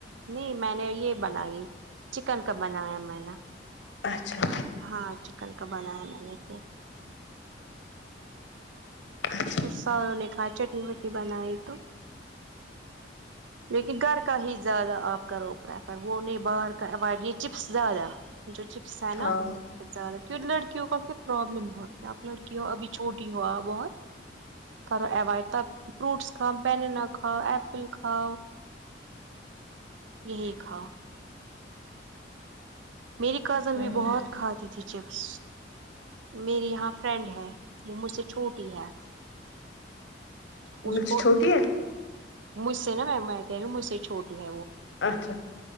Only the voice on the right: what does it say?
نہیں میں نے یہ بنائی چکن کا بنایا میں نے
ہاں چکن کا بنایا میں نے
تو سوں نے کہا چٹنی وٹی بنائی تو لیکن گھر کا ہی زیادہ آپ کرو پریفر وہ نہیں باہر کا اوائڈ نہیں چپس زیادہ جو چپس ہے نا
زیاہ کی لڑکیوں کا پھر پروابلم بہت ہے آپ لڑکی ہو ابھی چھوٹی ہو بہت کرو اوائڈ تب فرٹس کاؤ بیننا کا ایپل کھا یہی ہاؤ میری کزن
بھی بہت کھاتی تھی چپس میری یہاں فرینڈ ہے وہ مجھ سے چھوٹی ہے اس
کو
مجھ سے نا میں میں کہہ رہی ہوں مجھ سے چھوٹی ہے وہ